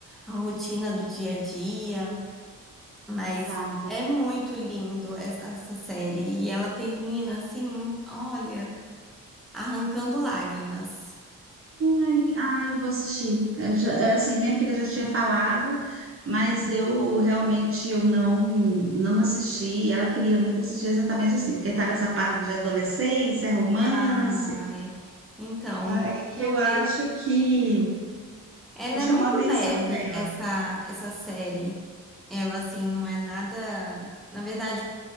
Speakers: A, in the centre; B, on the right.
A: à rotina do dia a dia, mas
B: Exato.
A: é muito lindo essa, essa série e ela termina assim, olha, arrancando lágrimas.
B: Ai, ai, eu vou assistir. Eu já- é assim, minha filha já tinha falado, mas eu realmente eu não não assisti. Ela queria muito assistir exatamente assim, porque está nessa fase de adolescência, romance.
A: Ai, então,
B: Aí
A: aproveita.
B: eu acho que,
A: Ela
B: que chamou
A: é muito
B: a atenção
A: leve,
B: dela.
A: essa, essa série. Ela, assim, não é nada. Na verdade,